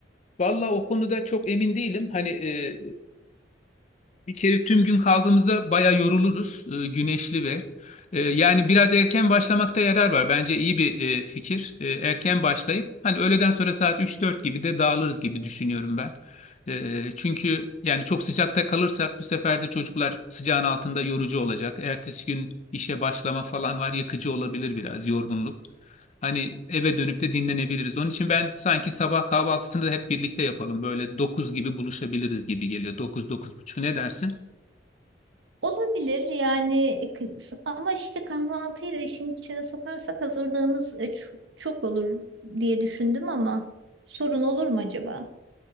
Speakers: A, on the left (about 40°); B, on the right (about 85°).
A: Valla o konuda çok emin değilim. Hani e, bir kere tüm gün kaldığımızda bayağı yoruluruz. E, güneşli ve e, yani biraz erken başlamakta yarar var. Bence iyi bir e, fikir. E, erken başlayıp hani öğleden sonra saat üç dört gibi de dağılırız gibi düşünüyorum ben. Ee, çünkü yani çok sıcakta kalırsak bu sefer de çocuklar sıcağın altında yorucu olacak. Ertesi gün işe başlama falan var, yakıcı olabilir biraz yorgunluk. Hani eve dönüp de dinlenebiliriz. Onun için ben sanki sabah kahvaltısını da hep birlikte yapalım. Böyle 9 gibi buluşabiliriz gibi geliyor. Dokuz dokuz buçuk ne dersin?
B: Olabilir yani kız- ama işte kahvaltıyı da işin içine sokarsak hazırlığımız e, ç- çok olur diye düşündüm ama sorun olur mu acaba?